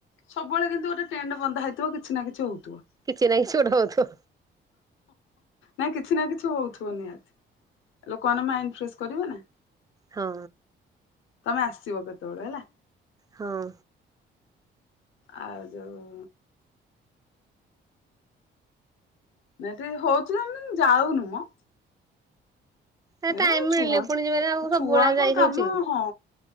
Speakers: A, on the left (about 75°); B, on the right (about 20°).
A: ସବୁବେଳେ କିନ୍ତୁ ଗୋଟେ ଟେଣ୍ଟ୍ ବନ୍ଧା ହେଇଥିବ କିଛି ନା କିଛି ହଉଥିବ।
B: କିଛି ନା କିଛି ଗୋଟେ ହଉଥିବ।
A: ନାଇଁ କିଛି ନା କିଛି ହଉଥିବ ନିିହାତି। ଲୋକ ମାଇଣ୍ଡ ଫ୍ରେଶ କରିବ ନା।
B: ହଁ।
A: ତମେ ଆସିବ କେତେବେଳେ ହେଲା।
B: ହଁ।
A: ଆଉ ଯୋଉ ନାଇଁ ଏଠ ହଉଛି ଆମେ ଯାଉନୁ ମଁ।
B: ଏ ଟାଇମ
A: ଏଁ
B: ମିଳିଲେ
A: ଛୁଆ-ଛୁଆଙ୍କ
B: ପୁଣି ଯିବ ନା ଆଉ ସବୁବେଳେ ଯାଇ
A: କାମ
B: ହଉଛି କି
A: ହଁ।